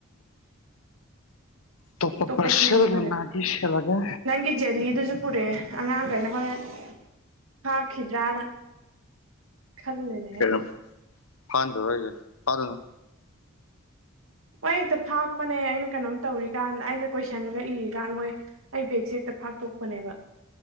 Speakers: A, on the left; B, on the right.
A: ꯇꯣꯞꯄ
B: ꯑꯇꯣꯞꯄ
A: ꯄꯔꯁꯦꯜ
B: ꯁꯨꯅꯤꯡꯕꯅꯦꯕ
A: ꯂꯨꯅꯒꯤ ꯁꯦꯜꯂꯒꯦ
B: ꯅꯪꯒꯤ ꯖꯦꯂꯤꯗꯨꯁꯨ ꯄꯨꯔꯛꯑꯦ ꯑꯉꯥꯡꯈꯩꯅ ꯍꯣꯔꯦꯟ ꯐꯥꯛꯈꯤꯗ꯭ꯔꯥꯅ ꯈꯟꯂꯤꯅꯦ
A: <unintelligible>
B: ꯃꯣꯏ ꯍꯦꯛꯇ ꯐꯥꯛꯄꯅꯦ ꯑꯩꯅ ꯀꯩꯅꯣꯝ ꯇꯧꯔꯤꯀꯥꯟ ꯑꯩꯅ ꯀꯣꯏꯁꯟꯒ ꯏꯔꯤꯀꯥꯟ ꯃꯣꯏ ꯑꯩ ꯕꯦꯒꯁꯦ ꯍꯦꯛꯇ ꯐꯥꯛꯇꯣꯛꯄꯅꯦꯕ